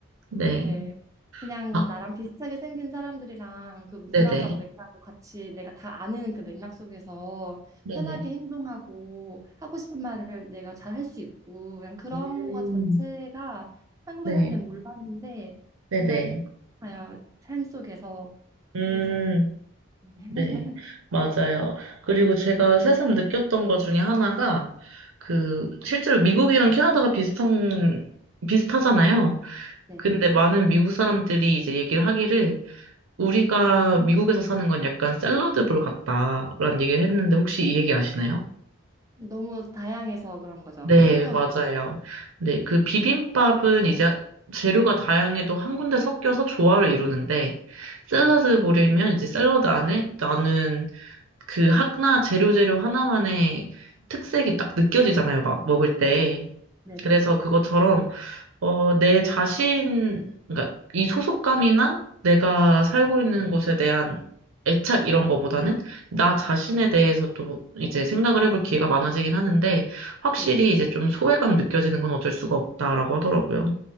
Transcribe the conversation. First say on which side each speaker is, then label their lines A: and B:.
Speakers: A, on the right; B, on the right.
A: 네.
B: 네. 그냥
A: 아,
B: 나랑 비슷하게 생긴 사람들이랑 그 문화적
A: 네네.
B: 맥락을 같이 내가 다 아는 그 맥락 속에서
A: 네네.
B: 편하게 행동하고 하고 싶은 말을 내가 잘 할 수 있고 그냥 그런
A: 음,
B: 것 자체가 한국에
A: 네,
B: 살 때 몰랐는데
A: 네네.
B: 정말 아, 삶 속에서
A: 음,
B: 그래서 <laughs>
A: 네, 맞아요. 그리고 제가 새삼 느꼈던 것 중에 하나가, 그, 실제로 미국이랑 캐나다가 비슷한, 비슷하잖아요.
B: 네.
A: 근데 많은 미국 사람들이 이제 얘기를 하기를, 우리가 미국에서 사는 건 약간 샐러드볼 같다라는 얘기를 했는데, 혹시 이 얘기 아시나요?
B: 너무 다양해서 그런 거죠.
A: 네,
B: 섞여가지고.
A: 맞아요. 네, 그 비빔밥은 이제 재료가 다양해도 한 군데 섞여서 조화를 이루는데, 샐러드
B: 네.
A: 볼이면 이제 샐러드 안에 나는 그 하나, 재료 재료 하나만의 특색이 딱 느껴지잖아요, 막 먹을 때.
B: 네. 네네.
A: 그래서 그것처럼 어, 내 자신, 그러니까 이 소속감이나 내가 살고 있는 곳에 대한 애착 이런 거보다는 나 자신에 대해서 또 이제 생각을 해볼 기회가 많아지긴 하는데 확실히
B: 네.
A: 이제 좀 소외감 느껴지는 건 어쩔 수가 없다라고 하더라고요.